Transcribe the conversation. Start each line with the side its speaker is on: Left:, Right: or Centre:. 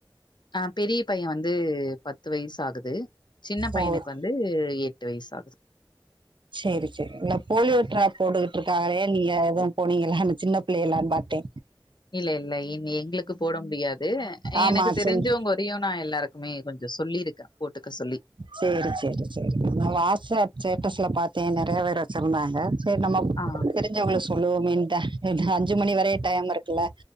Left: ஆ பெரிய பைய வந்து பத்து வயசு ஆகுது சின்ன பையனுக்கு
Right: ஓ
Left: வந்து எ ட்டு வயசு ஆகுது
Right: சேரி சேரி இல்ல போலியோ ட்ராப் போட்டுக்கிட்டு இருக்காகளே நீங்க எது போனீங்ளா அன சின்ன பிள்ளைகள்லா பாத்தே
Left: இல்ல இல்ல இனி எங்களுக்கு போட முடியாது
Right: ஆமா
Left: எனக்கு தெரிஞ்சவங்க
Right: சின்
Left: வரையு நா எல்லாருக்குமே கொஞ்ச சொல்லிருக் க போட்டுக்க சொல்லி
Right: சேரி சேரி சேரி நா வாட்ஸ்அப் ஸ்டேட்டஸ்ல பாத்தே நெறைய வேரு வச்சிருந்தாங்க சேரி நம்ம
Left: ஆ
Right: தெரிஞ்சவங்களுக்கு சொல்லுவமேன் தா ஏன்னா அஞ்சு மணி வரைய டைம் இருக்குல்ல